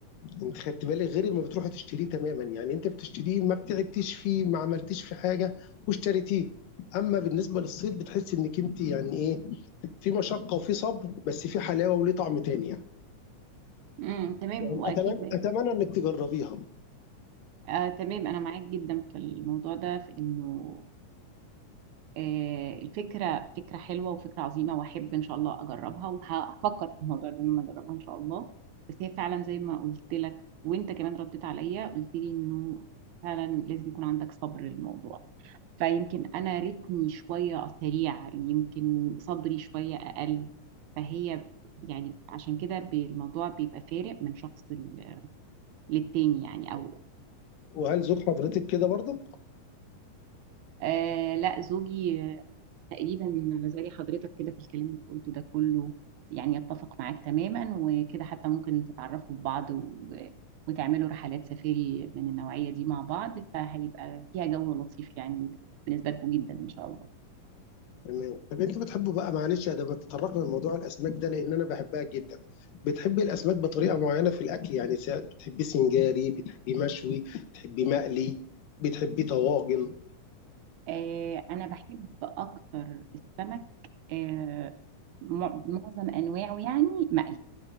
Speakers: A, on the left; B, on the right.
A: انت خدت بالك غير ما بتروحي تشتريه تماما يعني انت بتشتريه ما بتعبتيش فيه ما عملتيش في حاجه واشتريتيه اما بالنسبه للصيد بتحسي انك انت يعني ايه في مشقه وفي صبر بس في حلاوه وليه طعم تاني يعني,
B: مم. تمام
A: يعني
B: هو أكيد
A: اتمنى اتمنى انك تجربيها
B: آه تمام أنا معاك جدا في الموضوع ده في إنه آه، الفكرة فكرة حلوة وفكرة عظيمة وأحب إن شاء الله أجربها وهفكر في الموضوع ده لما أجربها إن شاء الله بس هي فعلا زي ما قلت لك وأنت كمان رديت عليا قلت لي إنه فعلا لازم يكون عندك صبر للموضوع فيمكن أنا رتمي شوية سريع يمكن صبري شوية أقل فهي يعني عشان كده ب- الموضوع بيبقى فارق من شخص لل- للتاني يعني أو
A: وهل ذوق حضرتك كده برضو
B: آه لا زوجي تقريبا زي حضرتك كده في الكلام اللي قلته ده كله يعني يتفق معاك تماما وكده حتى ممكن تتعرفوا ببعض و... وتعملوا رحلات سفاري من النوعية دي مع بعض فهيبقى فيها جو لطيف يعني بالنسبة لكم جدا إن شاء الله
A: تمام طب انت بتحبه بقى معلش يا ده ما تطرقنا لموضوع الاسماك ده لان انا بحبها جدا بتحبي الاسماك بطريقه معينه في الاكل يعني سا- بتحبيه سنجاري بتحبيه مشوي بتحبيه مقلي بتحبيه طواجن
B: آه أنا بحب أكتر السمك آه مع- معظم أنواعه يعني مقلي